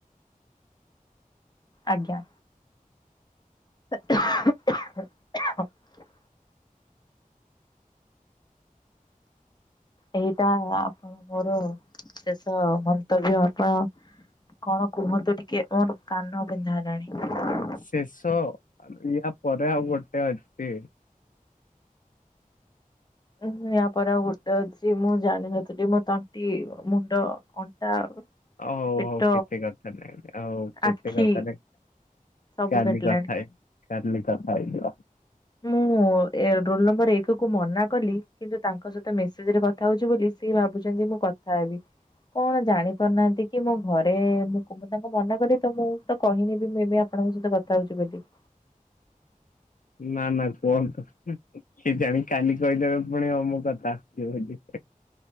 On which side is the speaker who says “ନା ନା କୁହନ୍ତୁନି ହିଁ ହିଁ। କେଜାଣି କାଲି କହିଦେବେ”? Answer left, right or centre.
Left